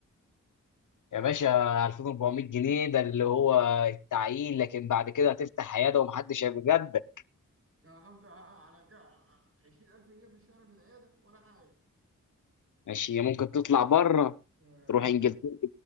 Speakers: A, on the left (about 70°); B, on the right (about 45°).
A: يا باشا 2400 جنيه ده اللي هو التعيين لكن بعد كده هتفتح عياده ومحدش هيبقى جدك
B: يا غمزة على 20000 جنيه في الشهر من العيادة ولا حاجة
A: ماشي ممكن تطلع بره
B: <laughs>
A: تروح انجلترا